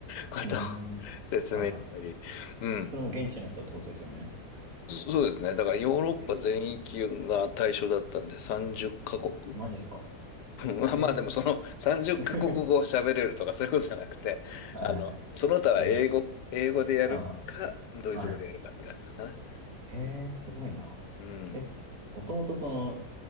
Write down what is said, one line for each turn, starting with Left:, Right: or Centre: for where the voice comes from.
Left: ことを
Right: うん。
Left: 説明したり。
Right: はいはい。
Left: うん。
Right: それも現地の人ってことですよね。
Left: そそうですね。だからヨーロッパ全域が対象だったんで30カ国。
Right: えー、マジっすか。
Left: <laughs> まあまあでもその30カ国語を喋れるとかそういうことじゃなくて、
Right: えー、<laughs> はいはいはい。
Left: あの、その他は英語、
Right: え英語で
Left: 英語でやるか、
Right: あ
Left: ドイツ語でやるかって感じですかね。
Right: あ、はい。えー、すごいな。
Left: うん。
Right: え、もともとその、